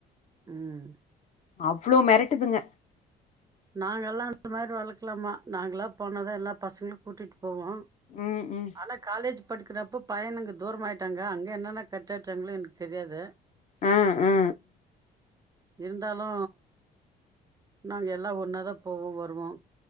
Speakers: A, on the right (about 20°); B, on the left (about 45°).
A: ம்
B: அவ்ளோ மெரட்டுதுங்க
A: நாங்கல்லா இந்த மாதிரி வளக்கலாமா நாங்களா போனதா எல்லா பசங்களு கூட்டிட்டு போவோ
B: ம் ம்
A: ஆனா காலேஜ் படிக்கிறப்ப பையனுங்க தூரமாயிட்டாங்க அங்க என்னென்ன கட்டடிச்சாங்கனு எனக்கு தெரியாது
B: ஆ ஆ
A: இருந்தாலு நாங்க எல்லா ஒன்னாதா போவோ வருவோ